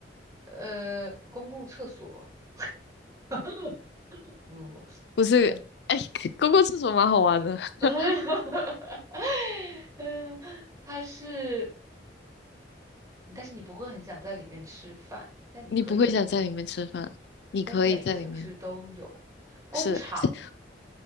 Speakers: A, on the right; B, on the left.
A: 呃公共厕所，<laughs> 不，
B: 不是，
A: 应该不，
B: 哎，公共厕所蛮好玩的，<laughs>
A: <laughs> 嗯，它是，但是你不会很想在里面吃饭，但你可以在里面，
B: 你不会想在里面吃饭，你可以在里面，
A: 但是每一个城市都有工厂
B: 是是